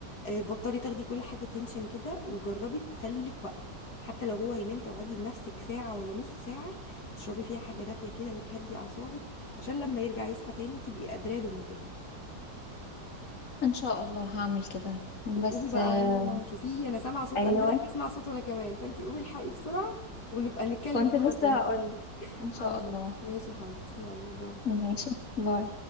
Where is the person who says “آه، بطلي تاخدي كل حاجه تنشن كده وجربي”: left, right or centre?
Left